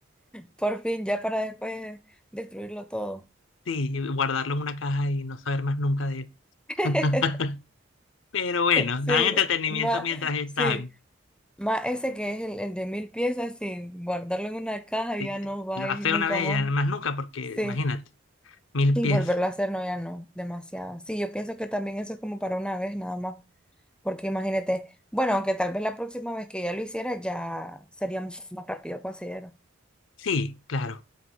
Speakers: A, in the centre; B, on the left.
A: Por fin, ya para después destruirlo todo.
B: sí, guardarlo en una caja y no saber más nunca de él.
A: <laughs>
B: <laughs> Pero bueno,
A: Sí,
B: dan entretenimiento
A: más,
B: mientras están.
A: sí. Más ese que es el, el de mil piezas, sí, guardarlo en una caja
B: Si
A: ya
B: te-
A: no va
B: Lo
A: a
B: haces
A: ir nunca
B: una vez
A: más.
B: y ya más nunca, porque
A: Sí,
B: imagínate, mil
A: y
B: piezas.
A: volverlo a hacer no, ya no, demasiado. Sí, yo pienso que también eso es como para una vez nada más, porque imagínate, bueno, aunque tal vez la próxima vez que ya lo hiciera ya sería mucho más rápido, considero.
B: Sí, claro.